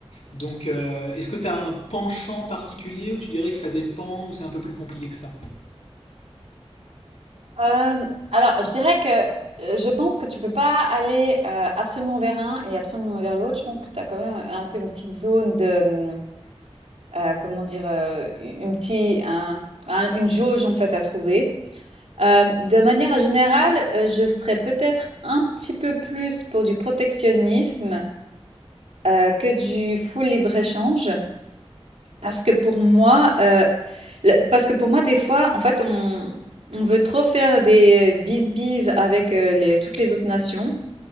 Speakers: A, on the left; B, on the right.
A: Donc, euh, est-ce que tu as un penchant particulier ou tu dirais que ça dépend ou c'est un peu plus compliqué que ça
B: Euh, alors, je dirais que euh, je pense que tu peux pas aller euh, absolument vers un et absolument vers l'autre. Je pense que tu as quand même un peu une petite zone de, hum, euh, comment dire, euh, une petite, un, un- une jauge en fait à trouver. Euh, de manière générale, euh, je serais peut-être un petit peu plus pour du protectionnisme euh, que du full libre-échange, parce que pour moi, euh, Le parce que pour moi, des fois, en fait, on on veut trop faire des bisbises avec, heu, les toutes les autres nations,